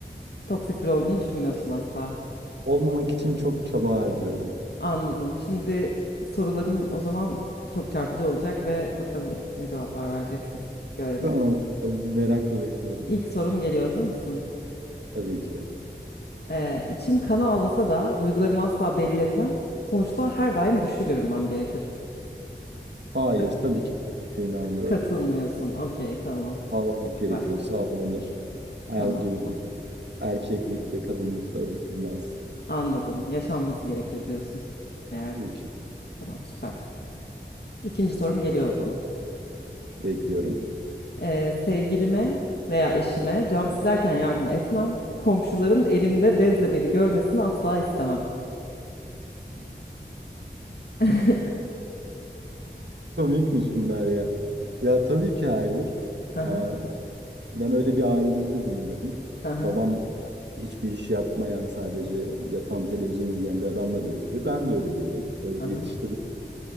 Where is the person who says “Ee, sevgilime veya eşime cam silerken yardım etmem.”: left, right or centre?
Left